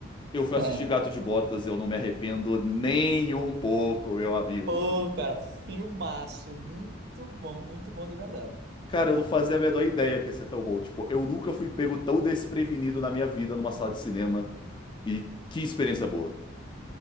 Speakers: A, on the left; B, on the right.
A: Eu fui
B: É.
A: assistir Gato de Botas, eu não me arrependo nem um pouco, meu amigo.
B: Pô, cara, filmaço. Muito bom, muito bom de verdade.
A: Cara, eu não fazia a menor ideia que ia ser tão bom. Tipo, eu nunca fui pego tão desprevenido na minha vida numa sala de cinema. E que experiência boa.